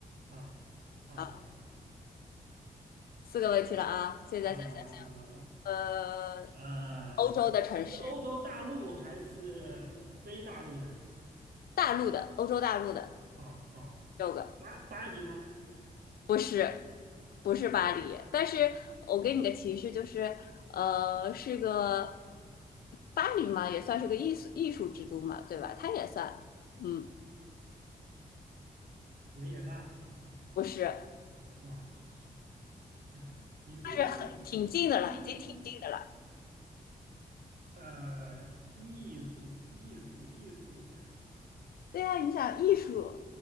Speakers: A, on the right; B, on the left.
A: 啊啊。
B: 啊，四个问题了啊。现在想想，
A: 呃
B: 呃，
A: 呃，
B: 欧洲的城市，
A: 是欧洲大陆还是非大陆的？
B: 大陆的，欧洲大陆的
A: 哦哦，
B: 六个，
A: 巴巴黎吗？
B: 不是，不是巴黎，但是我给你个提示，就是呃，是个巴黎嘛，也算是个艺术艺术之都嘛，对吧？它也算，嗯，
A: 维也纳？
B: 不是，
A: 哇，好，好哎呀，你说艺术，
B: 但是很挺近的了，
A: 艺艺
B: 已经挺近的了。
A: 呃，艺术艺术艺术
B: 对呀、你想艺术